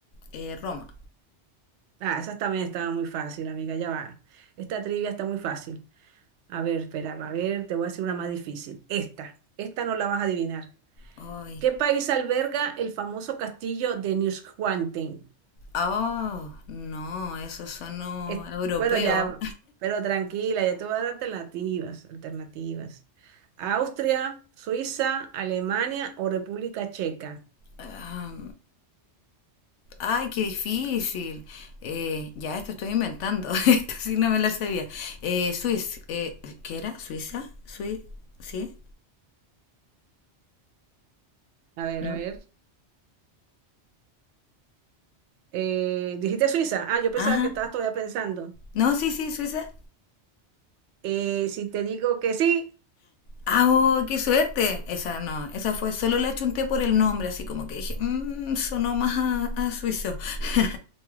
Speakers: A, on the left; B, on the right.
A: eh, Roma.
B: Ah, esa también estaba muy fácil, amiga, ya va. Esta trivia está muy fácil. A ver, espera, a ver, te voy a decir una más difícil. Esta, esta no la vas a adivinar.
A: Ay.
B: ¿Qué país alberga el famoso castillo de Neuschwanstein?
A: Oh, no, esos son no,
B: Es-
A: europeos.
B: bueno, ya, pero tranquila, ya te voy a dar alternativas, alternativas. Austria, Suiza, Alemania o República Checa.
A: Ah, Ay, qué difícil. Eh, ya, esto estoy inventando. <laughs> esto sí no me la sabía. Eh, Suiz, eh, ¿qué era? ¿Suiza? ¿Sui? ¿Sí?
B: A ver,
A: ¿no?
B: a ver. Eh, ¿dijiste Suiza? Ah, yo pensaba
A: Ajá.
B: que estabas todavía pensando.
A: No, sí, sí, Suiza.
B: Eh, si te digo que sí,
A: ¡Ah, oh, qué suerte! Esa no, esa fue, solo la chunté por el nombre, así como que dije, mmm, sonó más a, a suizo. <laughs>